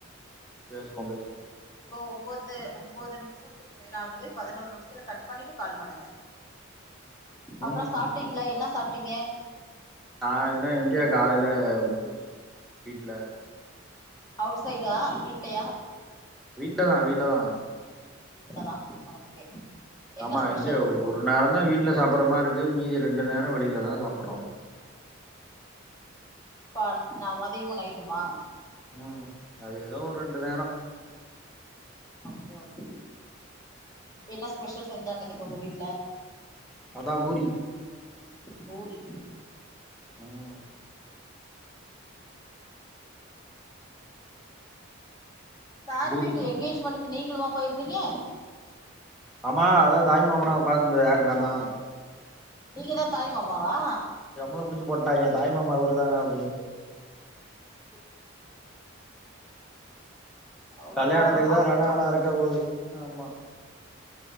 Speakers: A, in the centre; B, on the left.
A: பேசுவோ பேசுவோ
B: இப்போ ஒம்போது ஒம்போது நிமிஷோ க்கு மேலாகவே பதினோரு நிமிஷத்துத்தில கட் பண்ணிட்டு கால் பண்ணுங்க அப்புறம்
A: ம்
B: சாப்பிட்டிங்களா என்ன சாப்பிட்டீங்க
A: நா என்ன எங்க காலையில பூரி வீட்ல
B: அவுட் சைடா வீட்லயா
A: வீட்லதா வீட்லதா
B: வீட்ல தா ஓகே என்ன
A: ஆமா
B: ஸ்பெஷல்
A: இங்கே ஒரு நேரோதா வீட்டில சாப்பிட்ற மாரி இருக்கு மீதி ரெண்டு நேரோ வெளியில தா சாப்பிட்றோ
B: இப்ப நா மதியமு நையிட்டுமா
A: ம் அது ஏதோ ஒரு ரெண்டு நேரோ
B: ம் ஓகே ஓகே என்ன ஸ்பெஷல் செஞ்சாங்க இன்னைக்கு உங்க வீட்டு்ல
A: அதா பூரி
B: பூரி
A: ம்
B: சாரு
A: பூரிதா
B: வீட்டு எங்கேஜ்மென்டுக்கு நீங்களுமா போயிருந்தீங்க
A: ஆமா அதா தாய் மாமனா உட்காந்திருந்தது யாரு நா தா
B: நீங்கதா தாய் மாமாவா
A: நம்பள புடிச்சு போட்டாய்ங்க தாய்மாமா இவர்தான் அப்டின்னுட்டு
B: அப்போ
A: கல்யாணத்துக்கு தா
B: அப்
A: ரணகள இருக்க போகுது ஆமா